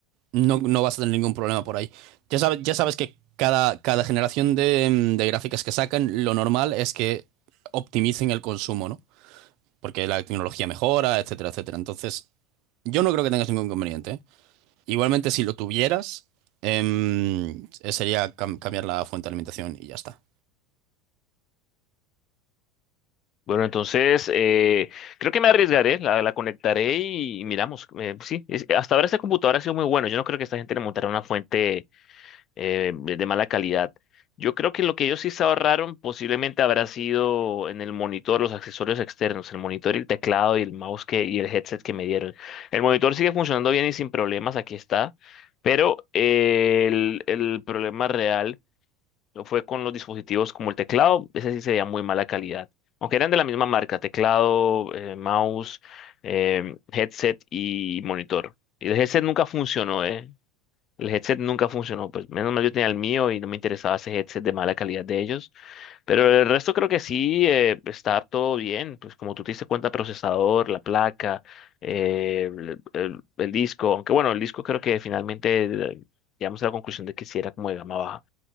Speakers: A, on the right; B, on the left.
A: no, no vas a tener ningún problema por ahí. Ya sabes, ya sabes que cada, cada generación de, mm, de gráficas que sacan, lo normal es que optimicen el consumo, ¿no? Porque la tecnología mejora, etcétera, etcétera. Entonces, yo no creo que tengas ningún inconveniente, ¿eh? Igualmente, si lo tuvieras, em, eh, sería cam- cambiar la fuente de alimentación y ya está.
B: Bueno, entonces eh, creo que me arriesgaré, la, la conectaré y, y miramos. Eh, pues sí, es- hasta ahora esta computadora ha sido muy bueno. Yo no creo que esta gente le montara una fuente eh, de de mala calidad. Yo creo que lo que ellos sí se ahorraron posiblemente habrá sido en el monitor, los accesorios externos, el monitor y el teclado y el mouse que, y el headset que me dieron. El monitor sigue funcionando bien y sin problemas, aquí está. Pero eh, el, el problema real fue con los dispositivos como el teclado, ese sí sería muy mala calidad. Aunque eran de la misma marca, teclado, eh, mouse, eh, headset y monitor. Y el headset nunca funcionó, ¿eh? El headset nunca funcionó, pues menos mal yo tenía el mío y no me interesaba ese headset de mala calidad de ellos. Pero el resto creo que sí eh, está todo bien, pues como tú te diste cuenta, procesador, la placa, eh, el, el- el disco, aunque bueno, el disco creo que finalmente eh, llegamos a la conclusión de que sí era como de gama baja.